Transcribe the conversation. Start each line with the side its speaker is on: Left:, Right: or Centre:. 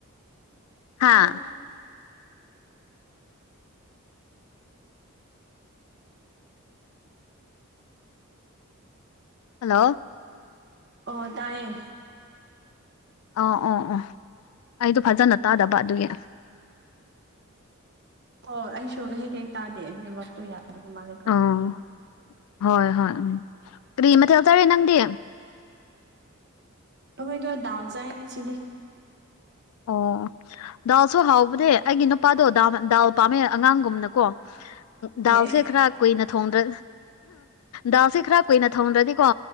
Left: ꯍꯥꯥ
Right: ꯅꯪ?
Left: ꯍꯜꯂꯣ
Right: ꯑꯣ ꯇꯥꯏꯌꯦ
Left: ꯑꯧ ꯑꯣ ꯑꯣ ꯑꯩꯗꯣ ꯐꯖꯅ ꯇꯥꯗꯕ ꯑꯗꯨꯒꯤ
Right: ꯑꯣ ꯑꯩꯁꯨ ꯍꯦꯛ ꯍꯦꯛ ꯇꯥꯗꯦ ꯅꯦꯋꯥꯛꯇꯣ ꯌꯥꯗꯕ ꯃꯥꯜꯂꯦ ꯈꯔ
Left: ꯑꯣ ꯍꯣꯏ ꯍꯣꯏ ꯎꯝ ꯀꯔꯤ ꯃꯊꯦꯜ ꯆꯥꯔꯦ ꯅꯪꯗꯤ
Right: ꯑꯈꯣꯏꯗꯣ ꯗꯥꯜ ꯆꯥꯏꯌꯦ ꯉꯁꯤꯗꯤ
Left: ꯑꯣ ꯗꯥꯎꯜꯁꯨ ꯍꯥꯎꯕꯅꯦ ꯑꯩꯒꯤ ꯅꯨꯄꯥꯗꯣ ꯗꯥꯝ ꯗꯥꯜ ꯄꯥꯝꯃꯦ ꯑꯉꯥꯡꯒꯨꯝꯅꯀꯣ ꯗꯥꯜꯁꯦ
Right: ꯑꯦ
Left: ꯈꯔ ꯀꯨꯏꯅ ꯊꯣꯡꯗ꯭ꯔ ꯗꯥꯜꯁꯦ ꯈꯔ ꯀꯨꯏꯅ ꯊꯣꯡꯗ꯭ꯔꯗꯤꯀꯣ